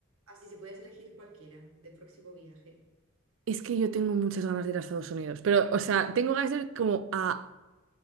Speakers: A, on the right (about 85°); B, on the right (about 65°).
A: Así, si puedes elegir cualquiera de próximo viaje.
B: Es que yo tengo muchas ganas de ir a Estados Unidos, pero, o sea, tengo ganas de ir como a,